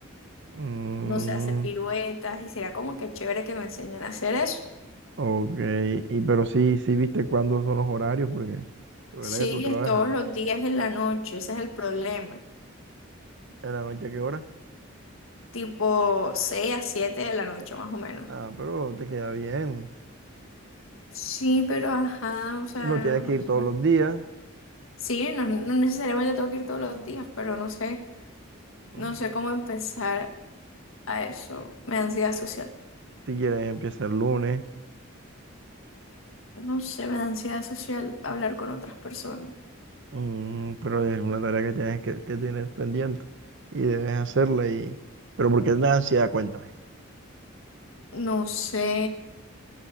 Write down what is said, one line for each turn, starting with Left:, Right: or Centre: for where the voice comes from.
Right: Mm,
Left: no sé hacer piruetas y sería como que chévere que me enseñen a hacer eso.
Right: ok, y pero sí, sí viste cuándo son los horarios, porque recuerda
Left: Sí,
Right: que tú trabajas
Left: es todos los días en la noche, ese es el problema,
Right: en la noche a qué hora.
Left: tipo 6 a 7 de la noche más o menos.
Right: Ah, pero te queda bien.
Left: Sí, pero, ajá, o sea,
Right: No tienes
Left: no
Right: que ir
Left: sé.
Right: todos los días.
Left: Sí, no, no necesariamente tengo que ir todos los días, pero no sé, no
Right: Mm,
Left: sé cómo empezar a eso, me da ansiedad social.
Right: Si quieres empieza el lunes,
Left: No sé, me da ansiedad social hablar con otras personas.
Right: Mm, pero es una tarea que tienes que, que tienes pendiente y debes hacerla. Y... Pero ¿por qué la ansiedad? Cuéntame.
Left: No sé.